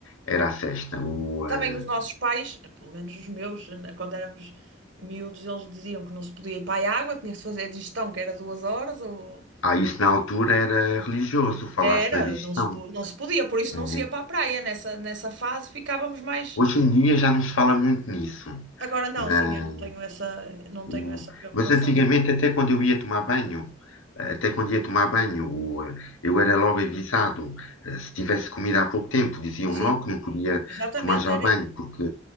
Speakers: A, on the left (about 85°); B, on the right (about 65°).
A: Era a sexta. O, ah,
B: Também os nossos pais, pelo menos os meus, né, quando éramos miúdos, eles diziam que não se podia ir para a água, tinha que se fazer a digestão, que era duas horas, ou...
A: Ah, isso na altura era religioso falar-se
B: Era,
A: na digestão.
B: não se, po- não se podia, por isso
A: né?
B: não se ia para a praia. Nessa, nessa fase ficávamos mais...
A: Hoje em dia já não se fala muito nisso.
B: Agora não,
A: Na-
B: sim, eu não tenho essa, não
A: o-
B: tenho essa preocupação.
A: mas antigamente, até quando eu ia tomar banho, até quando ia tomar banho, o- eu era logo avisado. Eh, Se tivesse comido há pouco tempo, diziam-me
B: Sim,
A: logo que não podia
B: exatamente,
A: tomar já
B: era...
A: banho, porque